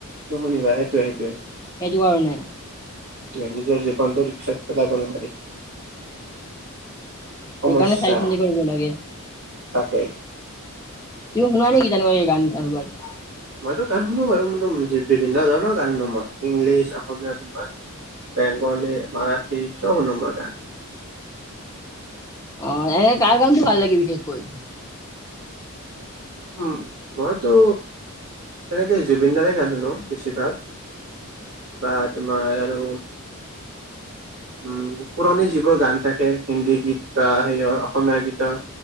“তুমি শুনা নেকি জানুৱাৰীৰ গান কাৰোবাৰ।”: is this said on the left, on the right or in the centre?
Left